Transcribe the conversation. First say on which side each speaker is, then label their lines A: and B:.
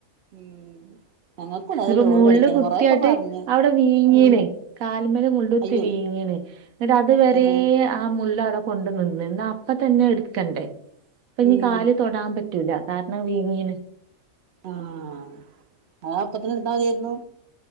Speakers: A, on the right; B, on the right.
A: ഉം ഞങ്ങൾക്കുണ്ട് അത്
B: ഇപ്പോ
A: ലോഡ്
B: മള്ള്
A: പഠിക്കാൻ
B: കുത്തിയായിട്ട്
A: കൊറെയൊക്കെ പറഞ്ഞു
B: അവിടെ വീങ്ങീനെ
A: ഉം
B: മ മുുള്ളൊത്തി
A: അയ്യോ
B: വീങ്ങണ് എന്നിട്ട് അത് വരെ
A: ഉം
B: ആ മു കൊണ്ട നി അപ്പ തന്നെ എടുക്കണ്ടേ അ ഇനി
A: ഉം
B: കാല് തൊടൻ പറ്റൂ വീങ്ങീന
A: ആഹ അതപ്പത്തിന എടുത്താ മതിയിരുന്നു